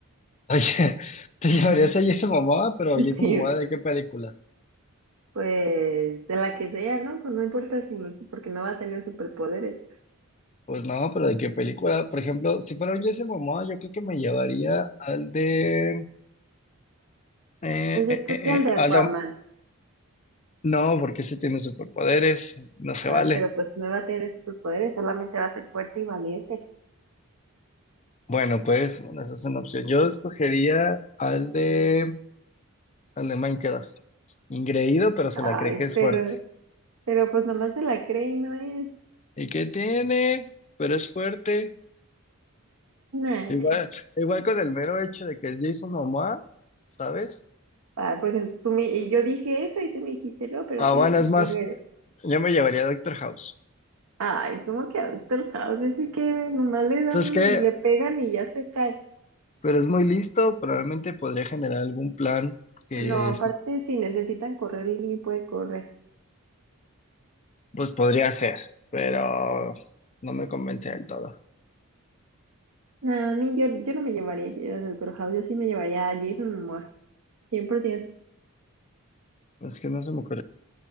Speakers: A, on the left; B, on the right.
A: Oye, <laughs> ¿te
B: <laughs>
A: llevarías a Jason Momoa? Pero Jason
B: Sí,
A: Momoa, ¿de qué película?
B: Pues de la que sea, ¿no? Pues no importa si no, porque no va a tener superpoderes.
A: Pues no, pero ¿de qué película? Por ejemplo, si fuera un Jason Momoa, yo creo que me llevaría al de... eh,
B: Pues yo
A: eh,
B: creo
A: eh,
B: que el
A: eh,
B: de
A: al
B: Aquaman.
A: de- no, porque ese tiene superpoderes, no se
B: Ah,
A: vale.
B: pero pues no va a tener superpoderes, solamente va a ser fuerte y valiente.
A: Bueno, pues, bueno, esa es una opción. Yo escogería al de, al de Minecraft. Ingreído, pero se
B: Ay,
A: la cree que es
B: pero,
A: fuerte.
B: pero pues nomás se la cree y no es.
A: ¿Y qué tiene? Pero es fuerte.
B: Nah.
A: Igual, igual con el mero hecho de que es Jason Momoa, ¿sabes?
B: Ah, pues en- tú me, y yo dije eso y tú me dijiste, no, pero
A: Habana
B: tienes que
A: es
B: escoger.
A: más, yo me llevaría a Doctor House.
B: Ay, ¿cómo que Doctor House? Ese que nomás le dan,
A: Pues que,
B: le pegan y ya se cae.
A: pero es muy listo, probablemente podría generar algún plan que
B: No, aparte
A: sí,
B: si necesitan correr, él ni puede correr.
A: pues podría ser, pero no me convence del todo.
B: A mí yo, yo no me llevaría a Jason House, yo sí me llevaría a Jason Momoa, 100%.
A: Es que no se me ocurre.